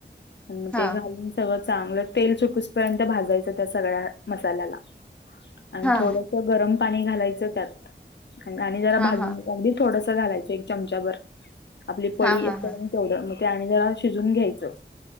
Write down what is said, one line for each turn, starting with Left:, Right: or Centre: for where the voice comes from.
Left: मग
Centre: हा
Left: ते घालून सगळ चांगलं तेल सुकसपर्यंत भाजायचं त्या सगळ्या मसाल्याला आणि
Centre: हा
Left: थोड गरम पाणी घालायच त्यात आणि जरा
Centre: हा
Left: भाजून
Centre: हा
Left: अगदी थोडसं घालायचं एक चमचा भर, आपली पळी.
Centre: हा हा
Left: <unintelligible>
Centre: हा
Left: तेवढ मग ते आणि जरा शिजून घ्यायचं